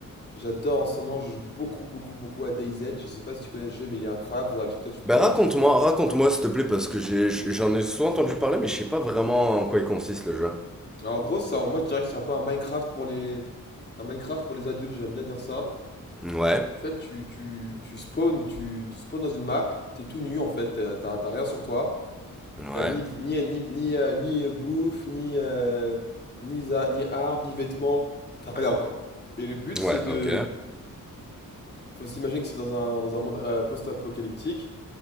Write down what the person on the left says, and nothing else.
j'adore en ce moment, je joue beaucoup, beaucoup, beaucoup à DayZ. Je sais pas si tu connais ce jeu, mais il est incroyable. Faudra que je- peut-être je peux
te
rater.
Alors en gros, c'est un- moi je dirais que c'est un peu un Minecraft pour les, un Minecraft pour les adultes. J'aime bien dire ça.
En fait, tu, tu, tu spawns, tu, tu spawns dans une map, t'es tout nu en fait, t'as t'as- t'as rien sur toi.
T'as ni, ni, ni, ni, euh, ni, euh, bouffe, ni, euh, ni, za- ni arbre, ni vêtements. Enfin, t'as rien, quoi. Et le but,
c'est de.
Faut s'imaginer que c'est dans un, dans un monde euh, post-apocalyptique.